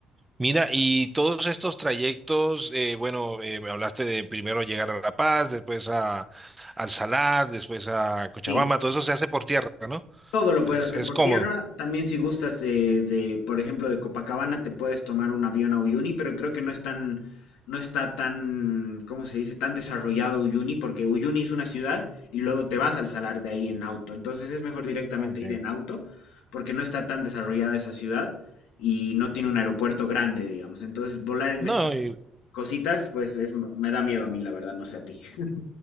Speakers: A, on the right; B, on the left.
A: Mira, y todos estos trayectos, eh, bueno, eh, me hablaste de primero llegar a La Paz, después a, al Salar, después a Cochabamba,
B: Sí.
A: todo eso se hace por tierra, ¿no?
B: Todo lo
A: Es,
B: puedes hacer
A: es
B: por
A: cómodo.
B: tierra. También si gustas de, de, por ejemplo, de Copacabana, te puedes tomar un avión a Uyuni, pero creo que no es tan, no está tan, ¿cómo se dice? tan desarrollado Uyuni, porque Uyuni es una ciudad y luego te vas al salar de ahí en auto. Entonces es mejor directamente
A: Ok.
B: ir en auto, porque no está tan desarrollada esa ciudad y no tiene un aeropuerto grande, digamos. Entonces volar en
A: No,
B: estas
A: y-
B: cositas, pues es, me da miedo a mí, la verdad, no sé a ti. <laughs>